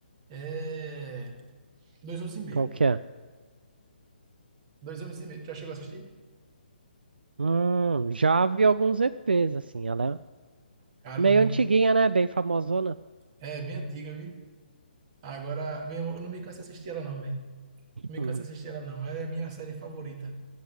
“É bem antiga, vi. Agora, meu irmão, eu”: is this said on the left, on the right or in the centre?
Right